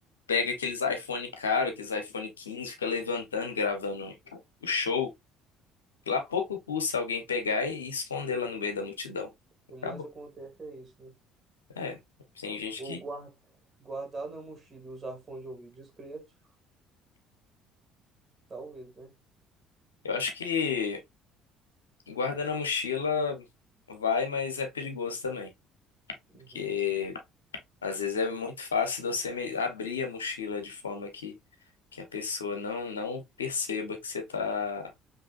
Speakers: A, on the left; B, on the right.
A: pega aqueles iPhone caro, aqueles iPhone 15, fica levantando, gravando o show. Lá pouco custa alguém pegar e esconder lá no meio da multidão.
B: O que
A: Acabou.
B: mais acontece é isso, né?
A: É, tem gente
B: Ou
A: que.
B: guar- guardar na mochila e usar fone de ouvido discreto, talvez, né?
A: Eu acho que guardar na mochila vai, mas é perigoso também.
B: Uhum.
A: Porque. Às vezes é muito fácil de você me- abrir a mochila de forma que, que a pessoa não, não perceba que você está